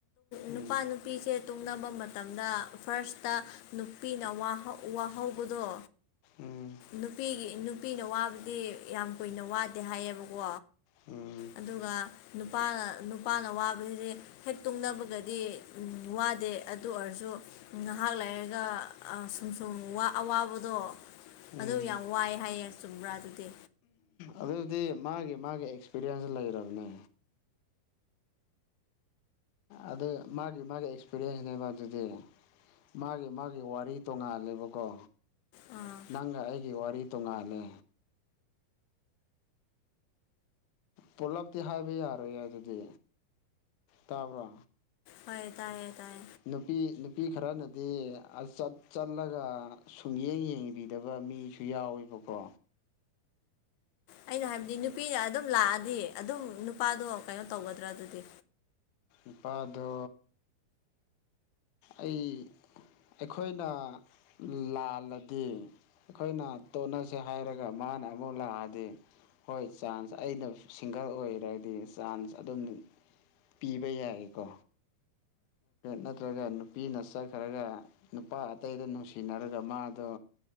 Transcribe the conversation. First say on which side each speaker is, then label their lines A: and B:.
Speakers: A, on the left; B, on the left.
A: ꯅꯨꯄꯥ
B: ꯎꯝ
A: ꯅꯨ ꯅꯨꯄꯤꯁꯦ ꯇꯨꯡꯅꯕ ꯃꯇꯝꯗ ꯐꯥꯔꯁꯇ ꯅꯨꯄꯤꯅ ꯋꯥꯍꯧꯕꯗꯣ
B: ꯎꯝ
A: ꯅꯨꯄꯤꯒꯤ ꯅꯨꯄꯤꯅ ꯋꯥꯕꯗꯤ ꯌꯥꯝ ꯀꯨꯏꯅ ꯋꯥꯗꯦ ꯍꯥꯏꯌꯦꯕꯀꯣ
B: ꯎꯝ
A: ꯑꯗꯨꯒ ꯅꯨꯄꯥꯅ ꯅꯨꯄꯥꯅ ꯋꯥꯕꯁꯤꯗꯤ ꯍꯦꯛ ꯇꯨꯡꯅꯕꯒꯗꯤ ꯋꯥꯗꯦ ꯑꯗꯨ ꯑꯣꯏꯔꯁꯨ ꯉꯥꯏꯍꯥꯛ ꯂꯩꯔꯒ ꯁꯨꯝ ꯁꯨꯝ ꯑꯋꯥꯕꯗꯣ
B: ꯎꯝ
A: ꯑꯗꯨ ꯌꯥꯝ ꯋꯥꯏꯑꯦ ꯍꯥꯏꯌꯦ ꯆꯨꯝꯕ꯭ꯔꯥ ꯑꯗꯨꯗꯤ
B: ꯑꯗꯨꯗꯤ ꯃꯥꯒꯤ ꯃꯥꯒꯤ ꯑꯦꯛꯁꯄꯤꯔꯤꯌꯦꯟꯁ ꯂꯩꯔꯕꯅꯦ ꯑꯗꯨ ꯃꯥꯒꯤ ꯃꯥꯒꯤ ꯑꯦꯛꯁꯄꯤꯔꯤꯌꯦꯟꯁꯅꯦꯕ ꯑꯗꯨꯗꯤ ꯃꯥꯒꯤ ꯃꯥꯒꯤ ꯋꯥꯔꯤ ꯇꯣꯡꯉꯥꯂꯦꯕꯀꯣ
A: ꯑꯥ
B: ꯅꯪꯒ ꯑꯩꯒꯤ ꯋꯥꯔꯤ ꯇꯣꯡꯉꯥꯜꯂꯦ ꯄꯨꯂꯞꯇꯤ ꯍꯥꯏꯕ ꯌꯥꯔꯣꯏ ꯑꯗꯨꯗꯤ ꯇꯥꯕ꯭ꯔꯣ
A: ꯍꯣꯏ ꯇꯥꯏꯌꯦ ꯇꯥꯏ
B: ꯅꯨꯄꯤ ꯅꯨꯄꯤ ꯈꯔꯅꯗꯤ ꯆꯠ ꯆꯠꯂꯒ ꯁꯨꯡꯌꯦꯡ ꯌꯦꯡꯕꯤꯗꯕ ꯃꯤꯁꯨ ꯌꯥꯎꯋꯦꯕꯀꯣ
A: ꯑꯩꯅ ꯍꯥꯏꯕꯗꯤ ꯅꯨꯄꯤꯅ ꯑꯗꯨꯝ ꯂꯥꯛꯑꯗꯤ ꯑꯗꯨꯝ ꯅꯨꯄꯥꯗꯣ ꯀꯩꯅꯣ ꯇꯧꯒꯗ꯭ꯔꯥ ꯑꯗꯨꯗꯤ
B: ꯏꯄꯥꯗꯣ ꯑꯩ ꯑꯩꯈꯣꯏꯅ ꯂꯥꯜꯂꯗꯤ ꯑꯩꯈꯣꯏꯅ ꯇꯣꯠꯅꯁꯦ ꯍꯥꯏꯔꯒ ꯃꯥꯅ ꯑꯃꯨꯛ ꯂꯥꯛꯑꯗꯤ ꯍꯣꯏ ꯆꯥꯟꯁ ꯑꯩꯅ ꯁꯤꯡꯒꯜ ꯑꯣꯏꯔꯗꯤ ꯆꯥꯟꯁ ꯑꯗꯨꯝ ꯄꯤꯕ ꯌꯥꯏꯀꯣ ꯅꯠꯇ꯭ꯔꯒ ꯅꯨꯄꯤꯅ ꯆꯠꯈ꯭ꯔꯒ ꯅꯨꯄꯥ ꯑꯇꯩꯗ ꯅꯨꯡꯁꯤꯅꯔꯒ ꯃꯥꯗꯣ